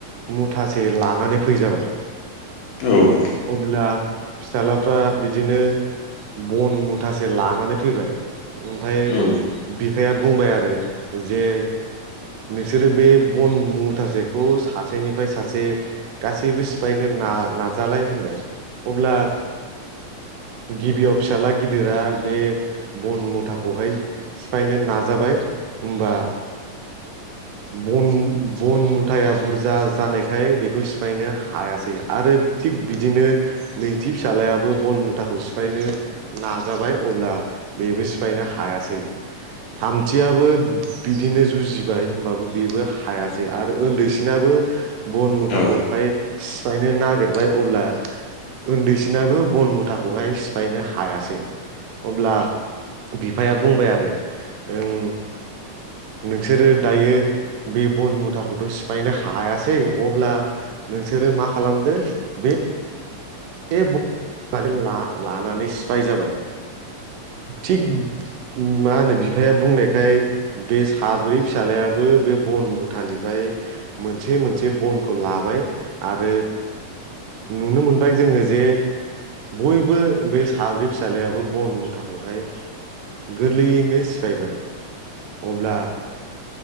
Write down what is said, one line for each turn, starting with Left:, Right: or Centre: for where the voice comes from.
Right: मुथासे लानानै फै जाबाय
Left: औ
Right: अब्ला फिससााज्लाफ्रा बिदिनो बन मुथासे लानानै फैबाय ओमफाय
Left: औ
Right: बिफाया बुंबाय आरो जे नोंसोरो बे बन मुथ मुथासेखौ सासेनिफ्राय सासे गासैबो सिफायनो न नाजालाय होनबाय अब्ला गिबियाव फिसााजला गिदिरा बे बन मुथाखौहाय सिफायनो नाजाबाय हबा बन बन मुथाया बुरजा जानायखाय बेखौ सिफायनो हायासै आरो थिग बिदिनो नैथि फिसाज्लायाबो बन मुथाखौ सिफायनो नाजाबाय अब्ला बेबो सिफायनो हायासै थामथियाबो बिदिनो जुजिबाय होनोमबाबो बेबो हायै ै आरो उन्दैसिनाबो बन मुथाखौहाय
Left: औ
Right: सिफायनो नागिरबाय अब्ला उन्दैसिनाबो बन मुथाखौहाय सिफायनो हायासै अब्ला बिफाया बुंबाय आरो ओं नोंसोरो दायो बे बन मथ जुथाखौथ' सिफायनो हायासै अब्ला नोंसोरो मा खालामदो बे बे लानानै सिफाय जाबाय थिग मा होनो बिफाया बुंनायखाय बे साब्रै फिसाज्लायाबो बे बन मुथानिफ्राय मोनसे मोनसे बनखौ लाबाय आरो नुनो मोन ओमफ्राय जोङो जे बयबो बे साब्रै फिसााज्लायाबो बन मुथाखौहाय गोरलैयैनो सिफायबाय अब्ला